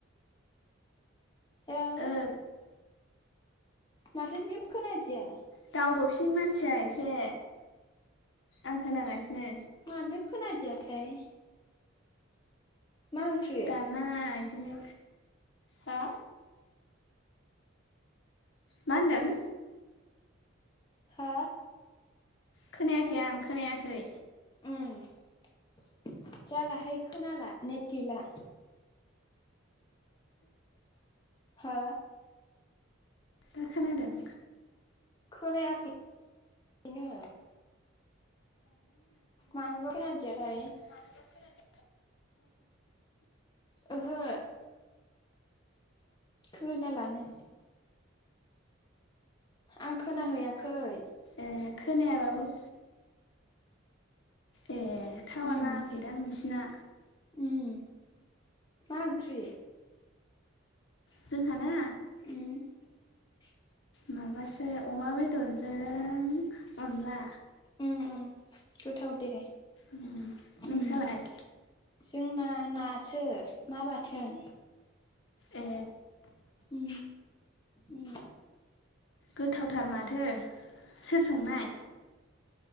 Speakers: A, on the left (about 20°); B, on the left (about 65°).
A: हेलौ
B: ओ
A: माथो जेबो खोनादिया
B: दावबोफिन मानसिया एसे आं खोनागासिनो।
A: मानो खोनादिया थाय मा ओंख्रि?
B: दानाङा इदिनो हा मा होनदों?
A: हा?
B: खोनायाखै आं खोनायाखै।
A: उम जाला हाय खोनाला नेट गैला। हो
B: दा खोनादों?
A: खोनायाखै नो। मानोबा खोनादिया थाय।
B: मानोबा गोनादिया
A: ओहो खोनालानो। आं खोनाहैयाखै।
B: ए खोनायाबाबो ए टावार
A: उम
B: नाङाखैदां नोंसिना।
A: उम मा ओंख्रि? उम
B: जोंहाना माबासो अमा बेदरजों अनला।
A: उम उम गोथाव दे।
B: ओम
A: उम
B: नोंसालाय?
A: जोंना नासो ना बाथोन।
B: ए
A: उम उम
B: गोथावथार माथो सोर संनाय?